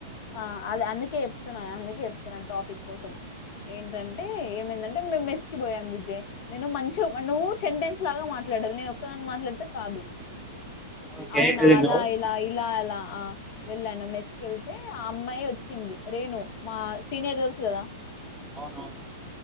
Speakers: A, on the left (about 45°); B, in the centre.
A: ఆ అది అందుకే చెప్తున్నాయి అందుకే చెప్తున్నాయి టాపిక్ కోసం. ఏంటంటే ఏమైందంటే మే మెస్ స్కి పోయాం విజయ్ నేను మంచిగా నువ్వు సెంటెన్స్ లాగా మాట్లాడాలి నేను ఒక్కదని మాట్లాడితే కాదు.
B: ఓకే
A: అవునా
B: ఇది
A: అలా
B: నౌన్
A: ఇలా ఇలా అలా ఆ వెళ్ళాను మెస్కిళ్ తే ఆ అమ్మాయి వచ్చింది రేణు మా సీనియర్ తెల్సు కదా
B: అవునవును